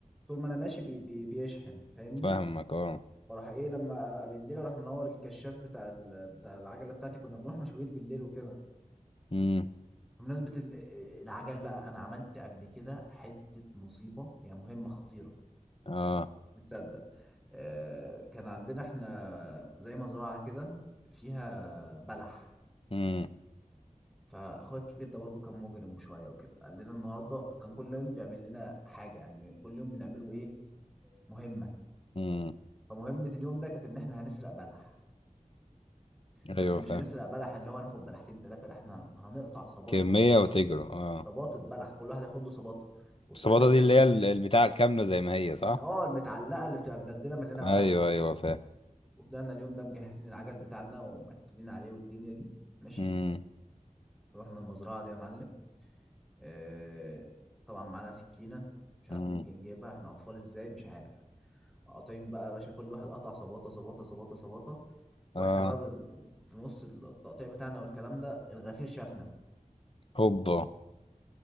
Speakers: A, in the centre; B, on the left.
A: طول ما انا ماشي بي بي بيشحن فاهمني
B: فاهمك اه
A: واروح ايه لما ابقى بالليل اروح منور الكشاف بتاع ال... بتاع العجله بتاعتي كنا بنروح مشاوير بالليل وكده
B: امم
A: بمناسبة ال- العجل بقى أنا عملت قبل كده حتة مصيبة يعني مهمة خطيرة
B: اه
A: بتصدق آه، كان عندنا احنا زي مزرعة كده فيها بلح
B: امم
A: فأخويا الكبير ده برضو كان مجرم شوية وكده قال لنا النهاردة كان كل يوم بيعمل لنا حاجة يعني كل يوم بنعمله إيه مهمة
B: امم
A: فمهمة اليوم ده كانت إن احنا هنسرق بلح بس
B: ايوه
A: مش
B: فاهم
A: هنسرق بلح اللي هو هناخد بلحتين تلاتة لا احنا هن- هنقطع صباطة
B: كمية وتجري
A: ص-
B: اه
A: صباطة بلح كل واحد ياخد له صباطة وطلعنا
B: الصباطة
A: جهزنا
B: دي اللي هي ال- البتاع كاملة زي ما هي صح
A: ال- اه المتعلقه اللي بتبقى مدلدله مليانه
B: ايوه
A: بلح دي
B: ايوه فاهم
A: وطلعنا اليوم ده مجهزين العجل بتاعنا ومأكدين عليه والدنيا دي ماشي
B: امم
A: رحنا المزرعه دي يا معلم آه طبعا معانا سكينه مش عارف
B: امم
A: مين اللي كان جايبها احنا اطفال ازاي مش عارف قاطعين بقى يا باشا كل واحد قطع صباطه صباطه صباطه صباطه واحنا
B: اه
A: بقى بن... في نص التقطيع بتاعنا والكلام ده الغفير شافنا
B: هوبا